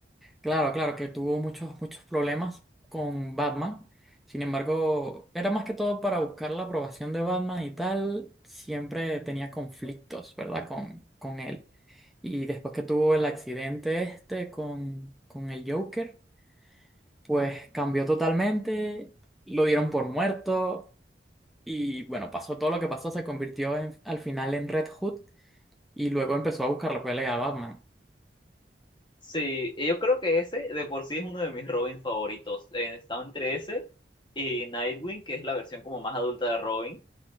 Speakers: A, in the centre; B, on the left (about 25°).
A: Claro, claro, que tuvo muchos, muchos problemas con Batman. Sin embargo, era más que todo para buscar la aprobación de Batman y tal. Siempre tenía conflictos, ¿verdad? Con, con él. Y después que tuvo el accidente este con, con el Joker, pues cambió totalmente. Lo dieron por muerto. Y bueno, pasó todo lo que pasó. Se convirtió en- al final en Red Hood y luego empezó a buscar la pelea a Batman.
B: Sí, y yo creo que ese de por sí es uno de mis Robins favoritos. Eh, Está entre ese y Nightwing, que es la versión como más adulta de Robin